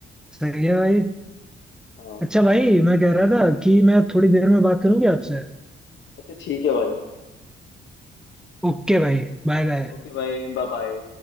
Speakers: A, in the centre; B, on the left (about 65°).
A: सही है भाई
B: हाँ
A: अच्छा भाई मैं कह रहा था कि मैं थोड़ी देर में बात करूँ क्या आपसे
B: अच्छा ठीक है भाई
A: ओके भाई बाय बाय
B: ओके भाई बाय बाय